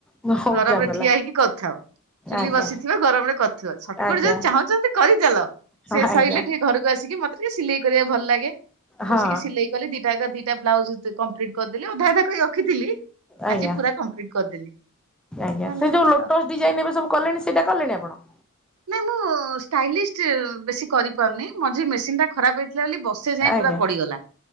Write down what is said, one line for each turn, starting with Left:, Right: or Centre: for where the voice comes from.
Centre: ବହୁତ
Right: ଗରମ
Centre: ଝାମେଲା
Right: ରେ ଠିଆ ହେଇକି କରିଥାଉ। ଚୁଲି
Centre: ଆଜ୍ଞା
Right: ବସିଥିବ ଗରମରେ କରିଥିବ ସଟକଟ
Centre: ଆଜ୍ଞା
Right: ଯଦି ଚାହୁଁଛନ୍ତି କରି ଚାଲ। ସେ
Centre: ଆଜ୍ଞା।
Right: ସରିଲେ ଟିକେ ଘରକୁ ଆସିକି ମତେ ଟିକେ ସିଲେଇ କରିବା ଭଲ ଲାଗେ
Centre: ହଁ
Right: ବସିକି ସିଲେଇ କଲି ଦିଟା କ ଦିଟା ବ୍ଲାଉଜ କମ୍ପ୍ଲିଟ କରିଦେଲି ଅଧା ଅଧା କରି ରଖିଥିଲି।
Centre: ଆଜ୍ଞା
Right: ଆଜି ପୁରା କମ୍ପ୍ଲିଟ କରିଦେଲି
Centre: ଆଜ୍ଞା
Right: ଭଲ
Centre: ସେ
Right: କଲି
Centre: ଯୋଉ ଲୋଟସ୍
Right: ଆଉ
Centre: ଡିଜାଇନ ଏବେ ସବୁ କଲେଣି ସେଇଟା କଲେଣି ଆପଣ।
Right: ନାଇଁ ମୁଁ ଷ୍ଟାଇଲିଷ୍ଟ ବେଶୀ କରିପାରୁନି। ମଝିରେ ମେସିନଟା ଖରାପ ହେଇଥିଲା ବୋଲି ବ ସେ ଯାଇଁ
Centre: ଆଜ୍ଞା
Right: ପୁରା ପଡିଗଲା।